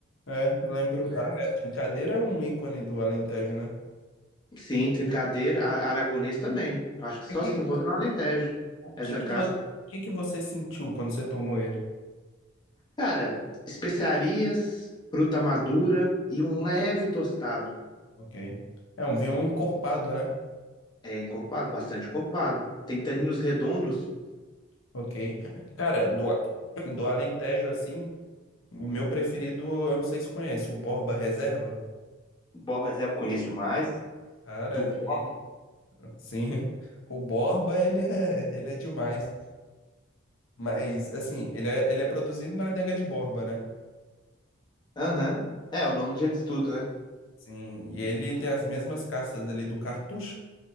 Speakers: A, on the left; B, on the left.
A: é, lembro.
B: É.
A: A é, Trincadeira é um ícone do Alentejo, né?
B: Sim, trincadeira, a- aragonês também. Acho que só
A: É que,
B: se encontra no Alentejo,
A: o que
B: essa
A: que,
B: casca.
A: vo- o que que você sentiu quando você tomou ele?
B: Cara, especiarias, fruta madura e um leve tostado.
A: Ok. É um vinho encorpado, né?
B: É encorpado, bastante encorpado. Tem taninos redondos.
A: Ok. Cara, do, A- do Alentejo, assim, o meu preferido, eu não sei se conhece, o Borba Reserva.
B: Borra reserva conheço demais.
A: Cara,
B: Do Borra.
A: ele. Sim, <laughs> o Borba, ele é, <laughs> ele é demais. Mas, assim, ele é, ele é produzido na adega de Borba, né?
B: Aham. É, o nome de estudo, né?
A: Sim, e ele tem as mesmas castas ali do Cartucho,